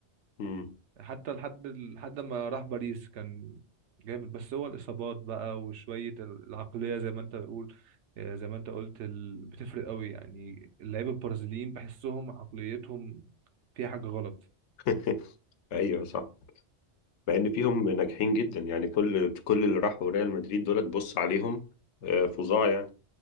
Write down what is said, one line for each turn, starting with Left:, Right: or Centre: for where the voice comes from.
Left: مم.
Right: حتى لحد لحد ما راح باريس كان جامد بس هو الإصابات بقى وشوية العقلية زي ما أنت بتقول آه، زي ما أنت قلت ال- بتفرق قوي يعني اللعيبة البرازيليين بحسهم عقليتهم فيها حاجة غلط
Left: <laughs> ايوه صح مع ان فيهم ناجحين جدا يعني كل كل اللي راحوا ريال مدريد دول تبص عليهم آه، فظاع يعني